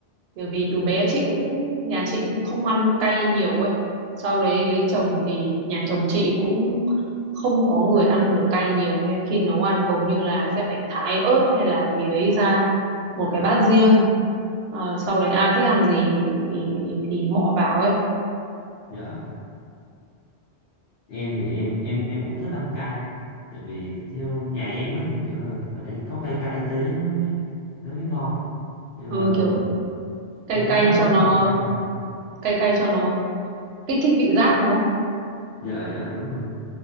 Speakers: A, on the right; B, on the left.
A: Bởi vì từ bé chị cũng, nhà chị cũng không ăn cay nhiều ấy. Sau đấy lấy chồng thì nhà chồng chị cũng không có người ăn được cay nhiều nên khi nấu ăn hầu như là sẽ phải thái ớt hay là gì đấy ra một cái bát riêng. Ờ, sau đấy ai thích ăn gì thì, thì bỏ vào ấy.
B: dạ em thì em em em cũng thích ăn cay tại vì theo nhà em á thì kiểu là phải có cay cay tí nó mới nó mới ngon nhưng
A: Ừ
B: mà
A: kiểu cay
B: không
A: cay
B: oán đến
A: cho nó
B: nỗi cay đâu
A: cay cay cho nó kích thích vị giác đúng không?
B: dạ dạ đúng rồi